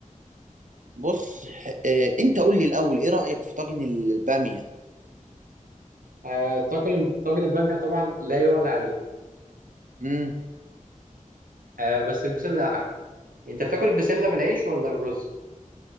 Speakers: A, on the right; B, on the right.
A: بص إيه أنت قول لي الأول إيه رأيك في طاجن البامية؟
B: آه طاجن طاجن الباميه طبعا لا يعلى عليه
A: مم.
B: آه بس البسله احلى انت بتاكل البسله بالعيش ولا بالرز